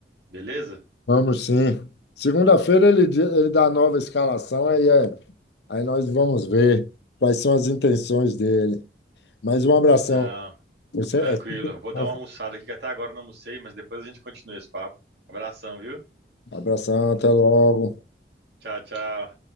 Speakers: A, on the right (about 70°); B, on the left (about 75°).
A: beleza?
B: Vamos sim. Segunda-feira ele, di- ele dá a nova escalação, aí, é, aí nós vamos ver quais são as intenções dele. Mas um abração.
A: Não,
B: Você,
A: Tranquilo.
B: é, sempre
A: Vou dar
B: bom.
A: uma almoçada aqui, que até agora eu não almocei, mas depois a gente continua esse papo. Abração, viu?
B: abração, até logo.
A: Tchau, tchau.